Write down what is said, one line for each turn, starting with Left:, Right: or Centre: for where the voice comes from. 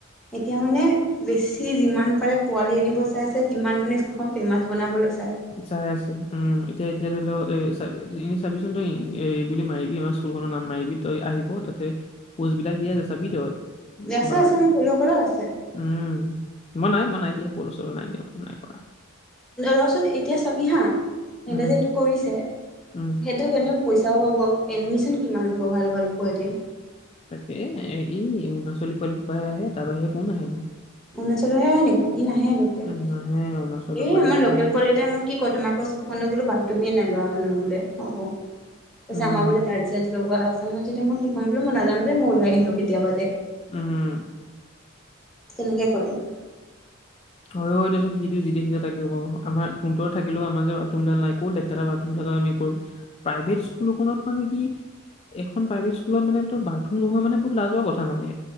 Centre: এতিয়া মানে বেছি যিমান পাৰে পোৱালি আনিব চাই আছেমান মানে স্কুলখন ফেমাচ বনাব লৈ
Left: চাই আছো উম, এতিয়া এতিয়া ধৰি লও এ এনে চাবিচোন তই এই বুলি মাৰিবি আমাৰ স্কুল খনৰ নাম মাৰিবি তই আহিব তাতে পষ্টবিলাক দিয়া চাবি তই।
Centre: আছে
Left: বা
Centre: - আছে
Left: যে
Centre: মোৰ পলিৱ কৰা আছে।
Left: উম মই নাই মই নাই দিয়া পল চল নাই দিয়া নাই কৰা।
Centre: ৰচোন এতিয়া চাবি হা সন্তে
Left: উম
Centre: যে এইটো কৰিছে
Left: উম
Centre: সেইটো সন্তে পইচাও পাব এডমিশ্যন কিমান ল'ব ভাল ভাল পোৱালী।
Left: তাকে এই ই অৰুণাচলী পোৱালি সোপাই আহে তাৰ বাহিৰে কোন আহে নহয়।
Centre: অৰুনাচলৰ আহে নেক বাকী নাহে লোকে
Left: উম নাহে অৰুণাচলৰ
Centre: এ
Left: পোৱালি
Centre: আমাৰ
Left: সোপা
Centre: লোকেল
Left: আহে
Centre: পোৱালি এটাই মোক কি কয় তোমাৰকৌ বো বাই তুমিয়ে নাই লোৱা মানুহ বোলে অ, পছে
Left: উম
Centre: আমাৰ বোলে তাৰ চেনছ লগোৱা আছে ম যেতিয়া মই কিকম বোলো মই নাজানো দে মই ওলাই আহিলো কেতিয়াবা তে।
Left: উম
Centre: তেনেকে কৰে।
Left: হয় - হয় দেচোন সিটো যি দেখি তাকিব আমাৰ তহতৰত থাকিলেও আমাৰ যে বাথৰুমডাল নাই একৌ লেতেৰা বাাৰথৰুমডাল। আমি কৰ প্ৰাইভেট স্কুল খত মানে কি এখন প্ৰাইভেট স্কুলত মানে তই বাথৰুম নোহোৱা মানে বহুত লাজৰ কথা মানে।